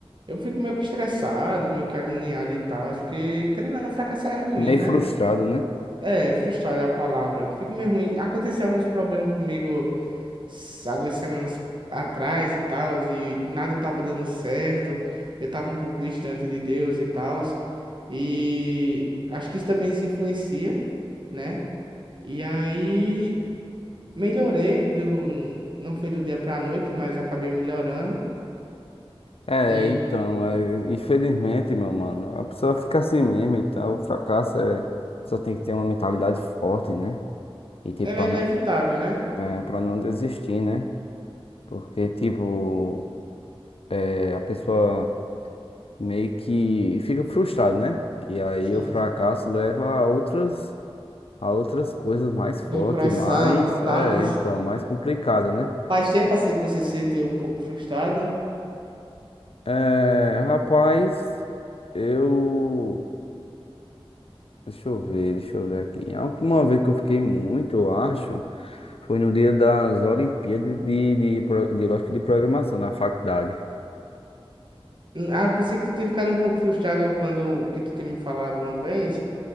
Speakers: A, on the right (about 50°); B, on the left (about 75°).
A: eu fico meio que estressado, meio que agoniado e tal, porque querendo ou não, fracassar é ruim,
B: Meio
A: né?
B: frustrado, né?
A: É, frustrado é a palavra. Fico meio ruim. Aconteceu alguns problemas comigo s- há duas semanas atrás e tal, e nada tava dando certo. Eu tava um pouco distante de Deus e tal. E acho que isso também se influencia, né? E aí melhorei do não foi do dia pra noite, mas acabei melhorando.
B: É,
A: E
B: então, é, infelizmente, meu mano, a pessoa fica assim mesmo e tal. O fracasso é. A pessoa tem que ter uma mentalidade forte, né? E, tipo,
A: ela
B: pra
A: é inevitável,
B: não,
A: né?
B: é, pra não desistir, né? Porque, tipo, é, a pessoa meio que fica frustrada, né? E aí
A: Sim,
B: o fracasso
A: sim.
B: leva a outras, a outras coisas mais fortes,
A: Depressão
B: mais.
A: e tal.
B: É, então, mais complicada, né?
A: Faz tempo assim que você se sente um pouco frustrado.
B: É, rapaz, eu. Deixa eu ver, deixa eu ver aqui. A última vez que eu fiquei muito, eu acho, foi no dia das Olimpíadas de, de, pro- de lógica de programação na faculdade.
A: Hum, Ah, eu pensei que tu tinha ficado um pouco frustrado quando que tu tinha me falado uma vez